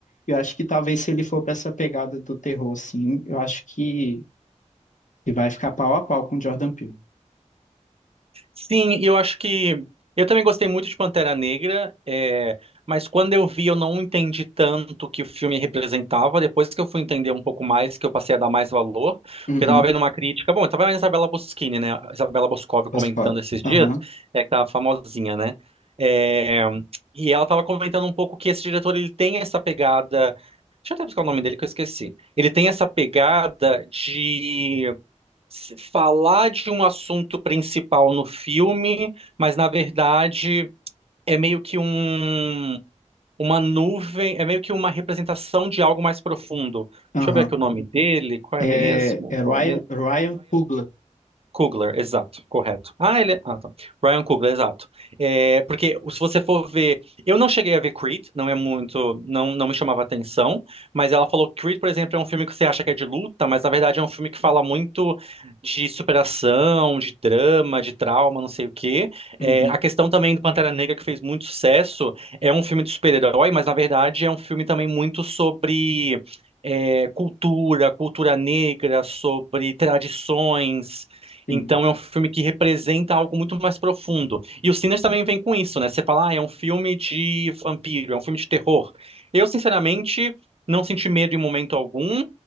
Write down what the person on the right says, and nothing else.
Sim, eu acho que eu também gostei muito de Pantera Negra, é, mas quando eu vi eu não entendi tanto o que o filme representava. Depois que eu fui entender um pouco mais, que eu passei a dar mais valor, porque
eu tava vendo uma crítica. Bom, eu tava vendo a Isabela Boschini, né? A Isabela Boscov
comentando
esses dias,
é aquela famosinha, né? É, e ela tava comentando um pouco que esse diretor ele tem essa pegada. Deixa eu até buscar o nome dele que eu esqueci. Ele tem essa pegada de se- falar de um assunto principal no filme, mas na verdade é meio que um, uma nuvem, é meio que uma representação de algo mais profundo.
Deixa eu ver aqui o nome dele, qual
é mesmo?
Qual mesmo?
Coogler, exato, correto. Ah, ele. Ah, tá. Ryan Coogler, exato. É, porque se você for ver. Eu não cheguei a ver Creed, não é muito. Não, não me chamava atenção, mas ela falou que Creed, por exemplo, é um filme que você acha que é de luta, mas na verdade é um filme que fala muito de superação, de drama, de trauma, não sei o quê. É,
a questão também do Pantera Negra, que fez muito sucesso, é um filme de super-herói, mas na verdade é um filme também muito sobre. é, cultura, cultura negra, sobre tradições,
então é um filme que representa algo muito mais profundo. E o Sinners também vem com isso, né? Você fala, ah, é um filme de vampiro, é um filme de terror. Eu, sinceramente, não senti medo em momento algum,